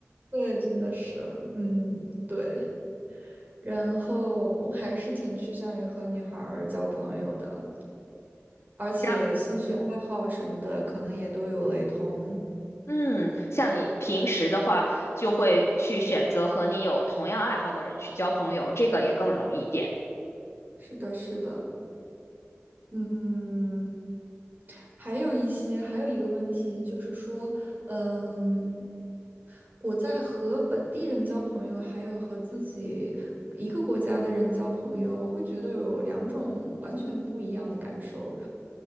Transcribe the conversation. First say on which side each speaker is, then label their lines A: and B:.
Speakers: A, on the right; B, on the left.
A: 对，真的是，嗯，对，然后还是挺趋向于和女孩儿交朋友的，而且兴趣爱好什么的可能也都有雷同。
B: 然，嗯，像你平时的话，就会去选择和你有同样爱好的人去交朋友，这个也更容易一点。
A: 是的，是的，嗯。还有一些，还有一个问题就是说，嗯，我在和本地人交朋友，还有和自己一个国家的人交朋友，我会觉得有两种完全不一样的感受。